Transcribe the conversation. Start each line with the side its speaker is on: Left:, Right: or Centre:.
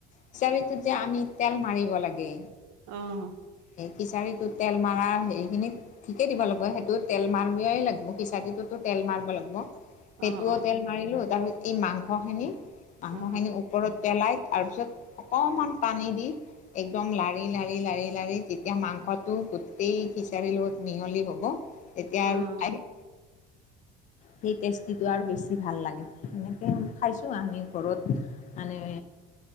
Left: খিচাৰীটোত যে আমি, তেল মাৰিব লাগে।
Right: অ'!
Left: সেই, খিচাৰীটো তেল মাৰা সেইখিনিত ঠিকে দিব লাগিব। সেইটো তেল মাৰিবই লাগিব, খিচাৰিটোতো তেল মাৰিব লাগিব। সেইটোও
Right: অঁ
Left: তেল মাৰিলোঁ। তাৰপিছত, এই মাংস খিনি, মাংস
Right: অঁ
Left: খিনি ওপৰত পেলাই, তাৰ পিছত, অকমান পানী দি, একদম লাৰ লাৰি -লাৰি, লাৰি -লাৰি। তেতিয়া, মাংসটো গোটেই খিচাৰীৰ লগত মিহলি হ'ব। তেতিয়া
Right: অঁ অঁ
Left: আৰু
Right: <inaudible>
Left: সেই, টেষ্টিটো আৰু বেছি ভাল লাগে। সেনেকে, খাইছোঁ আমি ঘৰত। মানে,